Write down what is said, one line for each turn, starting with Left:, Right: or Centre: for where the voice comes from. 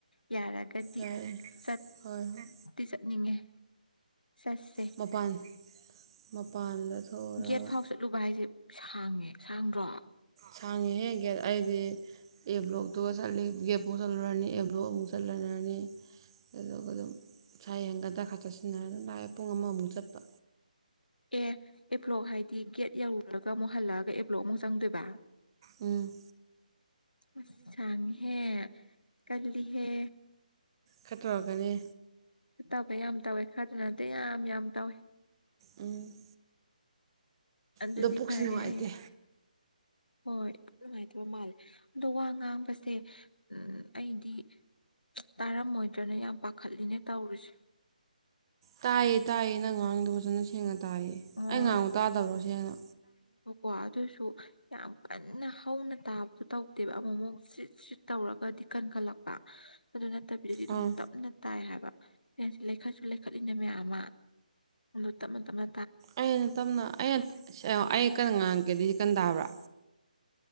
Left: ꯌꯥꯔꯒꯗꯤ
Right: ꯌꯥꯏ
Left: ꯆꯠꯇꯤ
Right: ꯍꯣꯏ ꯍꯣꯏ
Left: ꯆꯠꯅꯤꯡꯉꯦ ꯆꯠꯁ‌ꯦ
Right: ꯃꯄꯥꯟ ꯃꯄꯥꯟꯗ ꯊꯣꯛꯎꯔꯒ
Left: ꯒꯦꯠ ꯐꯥꯎ ꯆꯠꯂꯨꯕ ꯍꯥꯏꯁꯦ ꯎꯝ ꯁꯥꯡꯉꯦ ꯁꯥꯡꯗ꯭ꯔꯣ
Right: ꯁꯥꯡꯉꯤꯍꯦ ꯒꯦꯠ ꯑꯩꯗꯤ ꯑꯦꯕ꯭ꯂꯣꯛꯇꯨꯒ ꯆꯠꯂꯤ ꯒꯦꯞꯐꯧ ꯆꯠꯂꯨꯔꯅꯤ ꯑꯦꯕ꯭ꯂꯣꯛ ꯑꯃꯨꯛ ꯆꯠꯂꯔꯅꯤ ꯑꯗꯨꯒ ꯑꯗꯨꯝ ꯏꯁꯥ ꯌꯦꯡꯒ ꯗ꯭ꯔ ꯈꯥꯔ ꯆꯠꯁꯤꯟꯅꯔꯒ ꯑꯗꯨꯝ ꯂꯥꯛꯑꯦ ꯄꯨꯡ ꯑꯃꯃꯨꯛ ꯆꯠꯄ
Left: ꯑꯦ ꯑꯦꯕ꯭ꯂꯣ ꯍꯥꯏꯗꯤ ꯒꯦꯠ ꯌꯧꯔꯨꯔꯒ ꯃꯨꯛ ꯍꯜꯂꯛꯑꯒ ꯑꯦꯕ꯭ꯂꯣ ꯑꯃꯨꯛ ꯆꯪꯗꯣꯏꯕ
Right: ꯎꯝ
Left: ꯑ ꯆꯥꯡ ꯍꯦ ꯀꯜꯂꯤ ꯍꯦ
Right: ꯈꯠꯇꯔꯒꯅꯤ
Left: ꯇꯕ ꯌꯥꯝ ꯇꯧꯋꯦ ꯈꯔꯗꯅꯗꯤ ꯌꯥꯝ ꯌꯥꯝ ꯇꯧꯋꯦ
Right: ꯎꯝ
Left: ꯑꯗꯨꯗꯤ
Right: ꯑꯗꯣ ꯄꯨꯛꯁꯨ
Left: ꯐꯔꯦ
Right: ꯅꯨꯡꯉꯥꯏꯇꯦ
Left: ꯍꯥꯏꯌꯦ ꯍꯣꯏ ꯅꯨꯡꯉꯥꯏꯇꯕ ꯃꯥꯜꯂꯦ ꯑꯗꯣ ꯋꯥ ꯉꯥꯡꯕꯁꯦ ꯑꯩꯗꯤ ꯇꯥꯔꯝꯃꯣꯏꯗ꯭ꯔꯅ ꯌꯥꯝ ꯄꯥꯈꯠꯂꯤꯅꯦ ꯇꯧꯔꯤꯨꯁꯦ
Right: ꯇꯥꯏꯌꯦ ꯇꯥꯏꯌꯦ ꯅꯪ ꯉꯥꯡꯗꯣ ꯐꯖꯅ ꯁꯦꯡꯅ ꯇꯥꯏꯌꯦ
Left: ꯑꯣ
Right: ꯑꯩ ꯉꯥꯡꯗ ꯇꯥꯗꯕ꯭ꯔꯣ ꯁꯦꯡꯅ
Left: ꯋꯥ ꯑꯗꯨꯁꯨ ꯌꯥꯝ ꯀꯟꯅ ꯍꯧꯅ ꯇꯥꯕ ꯨ ꯇꯧꯗꯦꯕ ꯑꯃꯨꯛ ꯑꯃꯨꯛ ꯁꯤꯠ ꯁꯤꯠ ꯇꯧꯔꯒꯗꯤ ꯀꯟꯈꯠꯂꯛꯄ ꯑꯗꯨ ꯅꯠꯇꯕꯤꯗꯗꯤ ꯑꯗꯨꯝ
Right: ꯑꯥ
Left: ꯇꯞꯅ ꯇꯥꯏ ꯍꯥꯏꯕ ꯑ ꯈꯠꯁꯨ ꯂꯩꯈꯠꯂꯤꯅ ꯃꯌꯥꯝ ꯑꯃ ꯎꯠꯇꯃꯦ ꯇꯃꯦ
Right: ꯑꯩ ꯇꯞꯅ ꯑ ꯑꯩ ꯀꯩꯅ ꯉꯥꯡꯔꯛꯀꯦ ꯑꯗꯨꯀꯟ ꯇꯥꯕ꯭ꯔꯥ